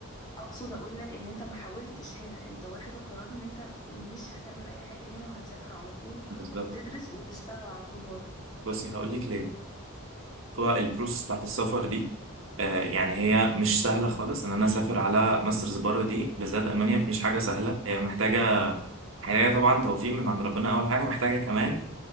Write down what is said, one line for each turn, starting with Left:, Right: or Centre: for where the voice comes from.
Left: اقصد اقول لك ان انت ما حاولتش هنا انت واخد القرار ان انت مش هتعمل اي حاجة هنا وهتسافر على طول
Right: بالظبط
Left: وتدرس وتشتغل على طول بره
Right: بصي هقول لك ليه هو البروسس بتاعت السفر دي آه، يعني هي مش سهله خالص ان انا اسافر على ماسترز بره دي بالذات المانيا مش حاجه سهله هي محتاجه محتاجه طبعا توفيق من عند ربنا اول حاجه محتاجه كمان